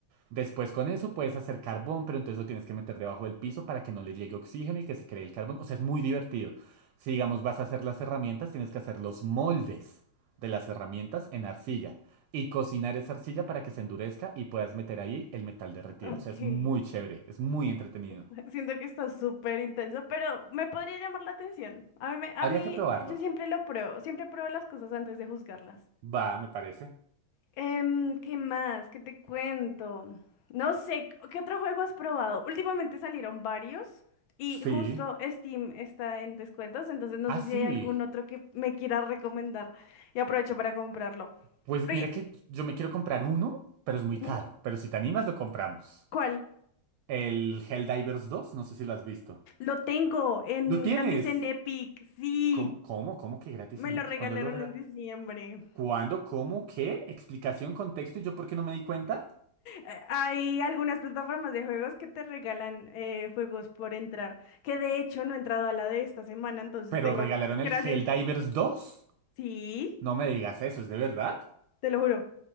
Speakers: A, on the right; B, on the left.
A: Después con eso puedes hacer carbón, pero entonces lo tienes que meter debajo del piso para que no le llegue oxígeno y que se cree el carbón. O sea, es muy divertido. Si digamos vas a hacer las herramientas, tienes que hacer los moldes de las herramientas en arcilla y cocinar esa arcilla para que se endurezca y puedas meter ahí el metal derretido.
B: Ok.
A: O sea, es muy chévere, es muy entretenido.
B: <laughs> Siento que está súper intenso, pero me podría llamar la atención. A mí, me- a
A: Habría
B: mí,
A: que probarlo.
B: yo siempre lo pruebo, siempre pruebo las cosas antes de juzgarlas.
A: Va, me parece.
B: Em, ¿qué más? ¿Qué te cuento? No sé, ¿qué otro juego has probado? Últimamente salieron varios y
A: Sí.
B: justo Steam está en descuentos, entonces no
A: Ah,
B: sé
A: sí.
B: si hay algún otro que me quiera recomendar y aprovecho para comprarlo.
A: Pues
B: Pero,
A: mira
B: y-
A: que yo me quiero comprar uno, pero es muy caro.
B: Ujú.
A: Pero si te animas, lo compramos.
B: ¿cuál?
A: El Helldivers dos, no sé si lo has visto.
B: Lo tengo en
A: ¡Lo tienes!
B: gratis en Epic, sí,
A: ¿Cómo, cómo, cómo que gratis
B: me
A: en
B: lo
A: Epic?
B: regalaron
A: ¿Cuándo lo regalaron?
B: en diciembre.
A: ¿Cuándo? ¿Cómo? ¿Qué? ¿Explicación, contexto? ¿Y yo por qué no me di cuenta?
B: Eh, Hay algunas plataformas de juegos que te regalan eh, juegos por entrar, que de hecho no he entrado a la de esta semana, entonces
A: ¿Pero
B: tengo,
A: regalaron
B: gracias,
A: el Helldivers dos.
B: Sí,
A: No me digas eso, ¿es de verdad?
B: te lo juro.